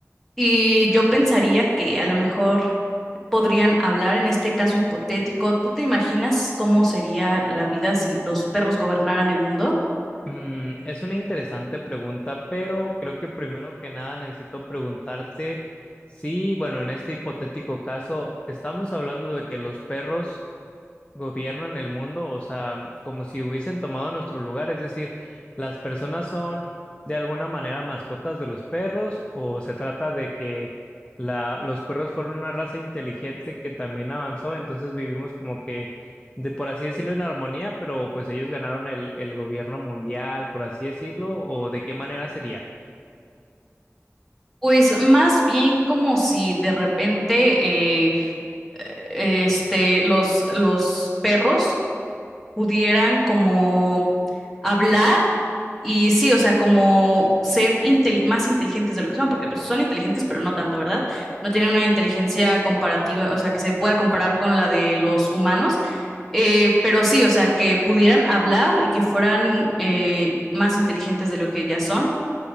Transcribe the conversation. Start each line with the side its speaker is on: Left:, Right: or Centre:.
Centre: Y yo pensaría que a lo mejor podrían hablar en este caso hipotético. ¿Tú te imaginas cómo sería la vida si los perros gobernaran el mundo?
Left: Mm, es una interesante pregunta, pero creo que primero que nada necesito preguntarte si, bueno, en este hipotético caso, estamos hablando de que los perros gobiernan el mundo, o sea, como si hubiesen tomado nuestro lugar, es decir, las personas son de alguna manera mascotas de los perros o se trata de que la, los perros fueron una raza inteligente que también avanzó, entonces vivimos como que, de por así decirlo, en armonía, pero pues ellos ganaron el, el gobierno mundial, por así decirlo, o de qué manera sería.
Centre: Pues más bien como si de repente eh, este, los, los perros pudieran como hablar y sí, o sea, como ser intel- más inteligentes de lo que son, porque pues son inteligentes, pero no tanto, ¿verdad? No tienen una inteligencia comparativa, o sea, que se pueda comparar con la de los humanos Eh, pero sí, o sea, que pudieran hablar y que fueran eh, más inteligentes de lo que ya son.